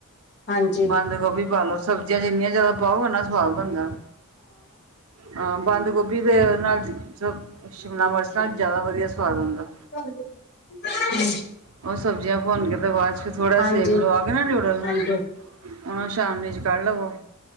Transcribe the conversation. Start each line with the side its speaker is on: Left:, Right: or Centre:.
Left: ਹਾਂਜੀ
Right: ਬੰਦ ਗੋਭੀ ਪਾ ਲੋ ਸਬਜ਼ੀਆਂ ਜਿੰਨੀਆਂ ਜਾਦਾ ਪਾਓ ਉਨਾ ਸਵਾਦ ਬਣਦਾ। ਹਾਂ ਬੰਦ ਗੋਭੀ ਦੇ ਨਾਲ ਸ ਸ਼ਿਮਲਾ ਮਿਰਚ ਨਾਲ ਜਾਦਾ ਵਧੀਆ ਸਵਾਦ ਆਂਦਾ।
Left: <inaudible>
Right: ਓ ਸਬਜ਼ੀਆਂ ਭੁੰਨ ਕੇ ਤੇ ਬਾਦ 'ਚ ਫਿਰ ਥੋੜ੍ਹਾ
Left: ਹਾਂਜੀ
Right: ਸੇਕ ਲਵਾ ਕੇ ਨਾ ਨਿਊਡਲ ਨੂੰ
Left: ਹਾਂਜੀ
Right: ਉਨੂੰ ਛਾਣਣੀ 'ਚ ਕੱਢ ਲਵੋ।